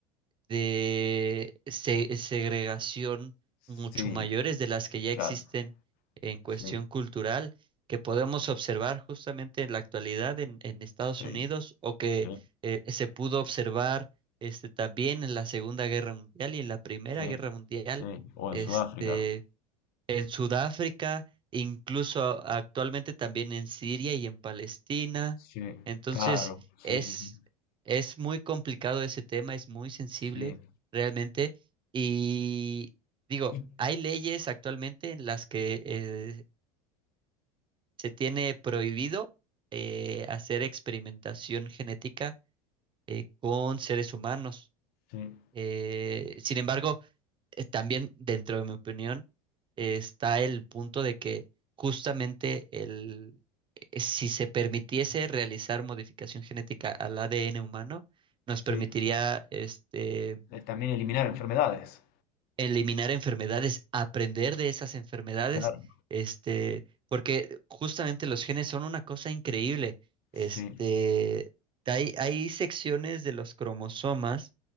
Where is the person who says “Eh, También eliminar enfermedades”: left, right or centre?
Left